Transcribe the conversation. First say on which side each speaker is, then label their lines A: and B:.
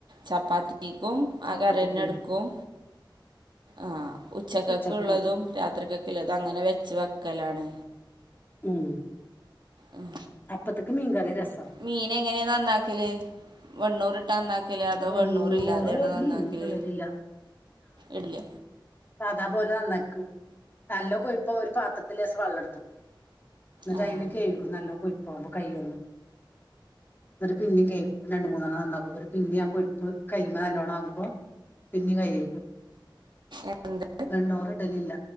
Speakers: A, on the right (about 60°); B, on the left (about 25°).
A: ചപ്പാത്തീക്കും ആ
B: അപ്പത്ത്ക്കും
A: കറിന്നെട്ക്കും ആഹ് ഉച്ചക്കക്ക്ള്ളതും
B: ഉച്ചക്കും
A: രാത്രിക ക്ക്ല്ലതങ്ങനെ വെച്ച് വെക്കലാണ്
B: ഉം
A: ഉം
B: അപ്പത്ത്ക്ക് മീൻകറി രസം
A: മീനെങ്ങനേ നന്നാക്കല് വെണ്ണൂറ് നന്നാക്കല് അതോ
B: വെണ്ണൂറ്
A: വെണ്ണൂറി ല്ലാതെണോ നന്നാക്കല്
B: ഉം ഇടലില്ല
A: ഇടില്ല
B: സാദാ പോലെ നന്നാക്കും നല്ല കൊഴ്പ്പോ ഒരു പാത്രത്തിലേസം വള്ളടുക്കും. ന്ന്ട്ടയില്
A: ആഹ്
B: കെഴുകും നല്ലോം കൊഴ്പ്പാവുമ്പോ കയ്യൊന്ന് ന്നട്ട് പിന്നും കേയും രണ്ട് മൂന്നണ്ണം നന്നാക്കും ന്നട്ട് പിന്നിം ആ കൊഴുപ്പ് കയ്യ്മ്മെ നല്ലോണ്ണം ആകുമ്പോ പിന്നിം കയ്കും.
A: എന്ത്
B: വെണ്ണൂറിടലില്ല